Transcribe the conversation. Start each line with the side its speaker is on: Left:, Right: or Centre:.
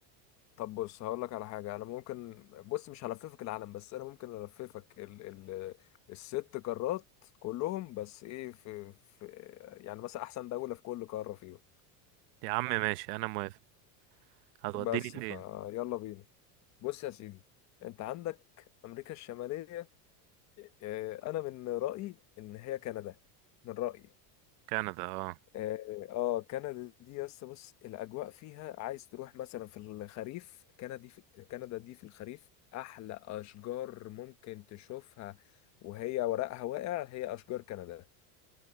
Left: طب بص هقول لك على حاجة انا ممكن بص مش هلففك العالم بس انا ممكن الففك ال ال الست قارات كلهم بس ايه في, في يعني مثلا احسن دولة في كل قارة فيهم
Right: يا عم ماشي انا موافق هتوديني
Left: بس
Right: فين
Left: فيلا بينا بص يا سيدي انت عندك امريكا الشمالية إيه، انا من رأيي ان هي كندا من رأيي
Right: كندا اه
Left: اه آه، كندا دي يس بص الاجواء فيها عايز تروح مثلا في الخريف كندا في كندا دي في الخريف احلى اشجار ممكن تشوفها وهي ورقها واقع هي اشجار كندا